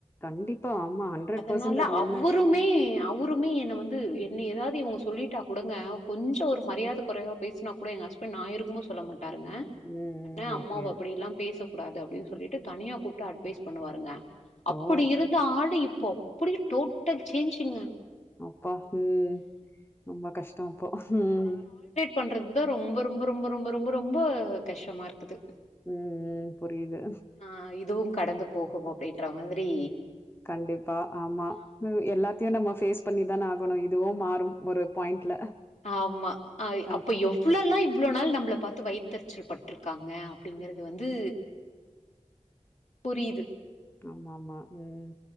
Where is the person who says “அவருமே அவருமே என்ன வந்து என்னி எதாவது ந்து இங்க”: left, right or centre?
Left